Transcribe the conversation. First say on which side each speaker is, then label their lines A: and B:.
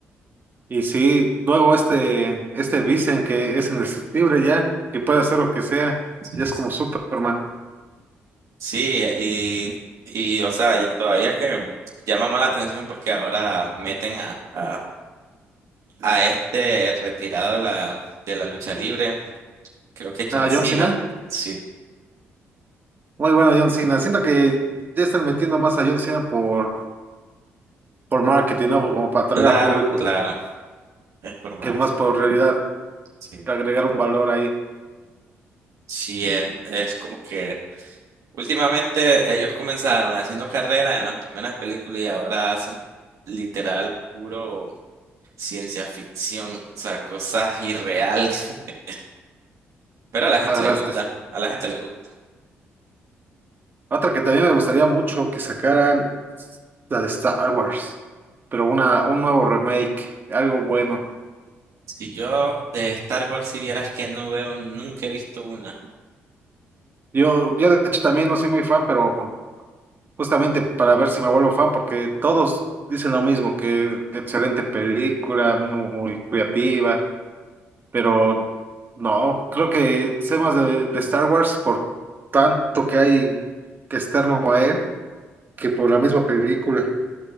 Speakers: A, on the right; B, on the right.
A: y sí, luego este, este Vincent que es indestructible ya, que puede hacer lo que sea,
B: Sí,
A: ya es como
B: sí.
A: Superman.
B: Sí, y, y o sea, y todavía que llama más la atención porque ahora meten a, a, a este retirado de la, de la lucha libre, creo que
A: A
B: John
A: John
B: Cena.
A: Cena,
B: Sí,
A: muy bueno John Cena, siento que ya están metiendo más a John Cena por, por marketing, ¿no? Como para atraer
B: claro,
A: a público,
B: claro, es por marketing.
A: que más por realidad
B: Sí.
A: que agregar un valor ahí.
B: Sí, en- es como que últimamente ellos comenzaron haciendo carrera en las primeras películas y ahora hacen literal puro ciencia ficción, o sea, cosas irreales. <laughs> Pero a la
A: La
B: gente
A: verdad
B: le gusta,
A: es que sí.
B: a la gente le gusta.
A: Otra que también me gustaría mucho que sacaran la de Star Wars, pero una, un nuevo remake, algo bueno.
B: Si yo de Star Wars si vieras que no veo, nunca he visto una.
A: Yo, yo de hecho también no soy muy fan, pero justamente para ver si me vuelvo fan, porque todos dicen lo mismo, que excelente película, muy creativa, pero no, creo que sé más de, de Star Wars por tanto que hay que externo a él que por la misma película.